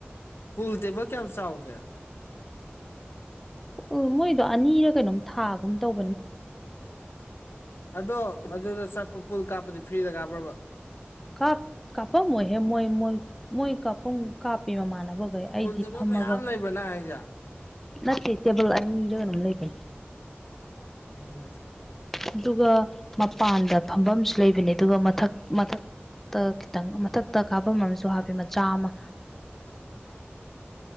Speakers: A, on the left; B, in the centre.
A: ꯄꯨꯜ ꯇꯦꯕ ꯀꯌꯥꯝ ꯆꯥꯎꯒꯦ
B: ꯎ ꯃꯣꯏꯗꯣ ꯑꯅꯤꯔ ꯀꯩꯅꯣꯝ ꯊꯥꯒꯨꯝ ꯇꯧ
A: ꯑꯗꯣ ꯑꯗꯨꯗ ꯆꯥꯛꯀꯣ ꯄꯨꯜ ꯀꯥꯞꯄꯗꯤ ꯐ꯭ꯔꯤꯗ ꯀꯥꯞꯄ꯭ꯔꯕ
B: ꯀꯞ ꯀꯄꯝꯍꯦ ꯃꯣꯏ ꯃꯣꯏ ꯃꯣꯏ ꯀꯄ ꯀꯥꯞꯄꯦ ꯃꯃꯥꯟꯅꯕꯈꯩ ꯑꯩꯗꯤ
A: ꯄꯨꯜ ꯇꯦꯕꯜ
B: ꯐꯝꯃꯒ
A: ꯃꯌꯥꯝ ꯂꯩꯕ꯭ꯔ ꯅꯪ ꯍꯥꯏꯁꯦ
B: ꯅꯠꯇꯦ ꯇꯦꯕꯜ ꯑꯅꯤꯔꯒꯩꯅꯝ ꯂꯩꯒꯅꯤ
A: ꯑ ꯀꯖ
B: ꯑꯗꯨꯒ ꯃꯄꯥꯟꯗ ꯐꯝꯐꯝꯁꯨ ꯂꯩꯕꯅꯦ ꯑꯗꯨꯒ ꯃꯊꯛ ꯃꯊꯛ ꯇ ꯈꯤꯇꯪ ꯃꯊꯛꯇ ꯀꯥꯐꯝ ꯑꯃꯁꯨ ꯍꯥꯞꯄꯤ ꯃꯆꯥ ꯑꯃ
A: <inaudible>